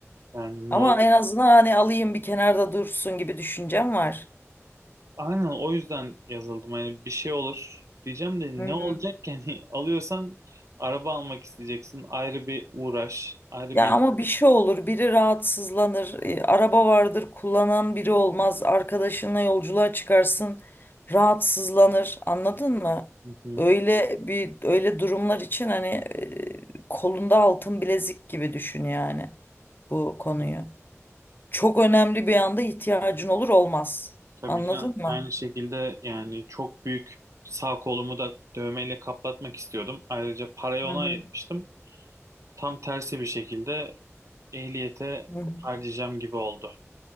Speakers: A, on the right; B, on the left.
A: yani
B: Ama
A: ne olur.
B: en azından hani alayım bir kenarda dursun gibi düşüncem var.
A: Aynen o yüzden yazıldım. Hani bir şey olur diyeceğim de
B: Hı hı.
A: ne olacak ki? <laughs> yani alıyorsan araba almak isteyeceksin. Ayrı bir uğraş, ayrı
B: Ya
A: bir ihtiyaç.
B: ama bir şey olur, biri rahatsızlanır, e, araba vardır, kullanan biri olmaz, arkadaşınla yolculuğa çıkarsın, rahatsızlanır, anladın mı?
A: Hı hı. hı.
B: Öyle bir öyle durumlar için hani e, kolunda altın bilezik gibi düşün yani bu konuyu.
A: hı.
B: Çok önemli bir anda ihtiyacın olur olmaz.
A: Tabii
B: Anladın
A: canım.
B: mı?
A: Aynı şekilde yani çok büyük sağ kolumu da dövmeyle kaplatmak istiyordum. Ayrıca parayı
B: Hı
A: ona
B: hı.
A: ayırmıştım. Tam tersi bir şekilde ehliyete
B: Hı hı.
A: harcayacağım gibi oldu.